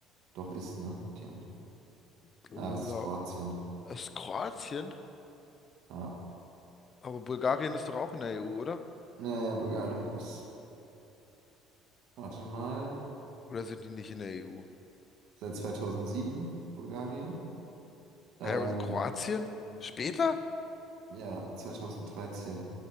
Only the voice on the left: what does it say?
Gla-
Ist Kroatien?
Aber Bulgarien ist doch auch in der EU, oder?
Oder sind die nicht in der EU?
Hä, und Kroatien? Später?